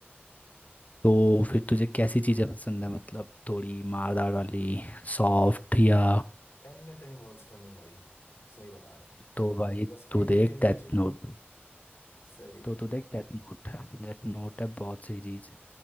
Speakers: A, on the left; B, on the left.
A: तो फिर तुझे कैसी चीजें पसंद है मतलब थोड़ी मारदार वाली सॉफ्ट या
B: एनीथिंग वर्क्स फॉर मी भाई सही बता रहा हूँ।
A: तो भाई
B: मुझे बस एंटरटेनमेंट
A: तू देख डेथ
B: चाहिए
A: नोट
B: सही
A: तो तू देख डेथ नोट डेथ नोट है बहुत सही चीज